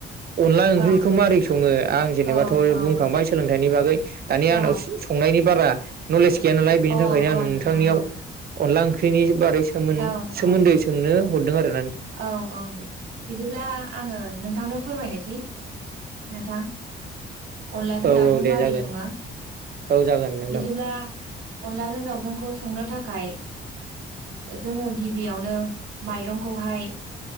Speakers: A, on the right (about 50°); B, on the right (about 80°).
A: अनला ओंख्रिखौ
B: औ
A: मारै सङो आं जेनेबाथ'
B: औ औ
A: बुंखांबाय सोलोंथाइनि बागै दानि
B: औ
A: आंनाव सं संनायनि बारा नलेज गैया नालाय बेनि
B: अ
A: थाखायनो आं
B: अ
A: नोंथांनियाव
B: नोंथां औ
A: अनला ओंख्रिनि बारै सोमोन
B: औ
A: सोमोन्दै
B: औ
A: सोंनो हरदों आरो
B: औ औ दे बिदिब्ला आङो नोंथांनो फोरमायनोसै नोंथां अनलाजों
A: औ
B: दाउजों
A: औ दे
B: मारै
A: जागोन
B: सङो
A: औ जागोन नोंथां
B: बिदिब्ला अनलाजों दावजोंखौ संनो थाखाय जोङो गिबियावनो माइरंखौहाय